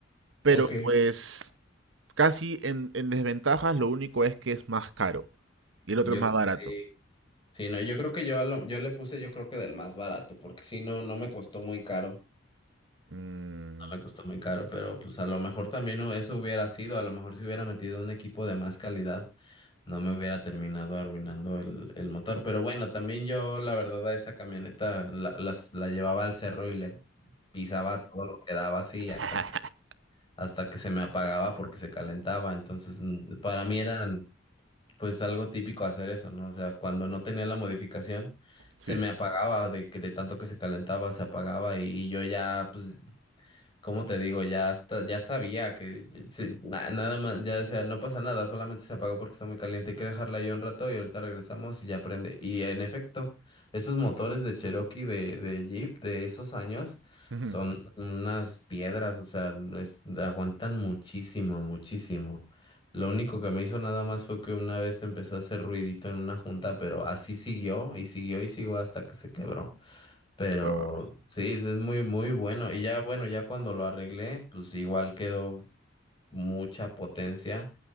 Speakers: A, on the right; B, on the left.
A: Pero
B: ok.
A: pues casi en, en desventajas, lo único es que es más caro. Y el
B: Yo
A: otro es más
B: creo
A: barato.
B: que sí, Sí, no, yo creo que yo, a lo- yo le puse yo creo que del más barato, porque si no, no me costó muy caro.
A: Mm,
B: no Me costó muy caro, pero pues a lo mejor también hu- eso hubiera sido, a lo mejor si hubiera metido un equipo de más calidad, no me hubiera terminado arruinando el, el motor. Pero bueno, también yo la verdad a esa camioneta la, las- la llevaba al cerro y le pisaba todo lo que daba así hasta
A: <laughs>
B: que, hasta que se me apagaba porque se calentaba. Entonces, mm, para mí era pues algo típico hacer eso, ¿no? O sea, cuando no tenía la modificación se
A: sí.
B: me apagaba de que de tanto que se calentaba, se apagaba y, y yo ya pues Cómo te digo, ya hasta, ya sabía que sí, na- nada más, ya decía, no pasa nada, solamente se apagó porque está muy caliente, hay que dejarla ahí un rato y ahorita regresamos y ya prende. Y en efecto, esos motores de Cherokee, de, de Jeep, de esos años,
A: Ujú.
B: son unas piedras, o sea, es- aguantan muchísimo, muchísimo. Lo único que me hizo nada más fue que una vez empezó a hacer ruidito en una junta, pero así siguió y siguió y siguió hasta que se quebró. Pero
A: Ah,
B: sí, es muy, muy bueno. Y ya, bueno, ya cuando lo arreglé, pues igual quedó mucha potencia.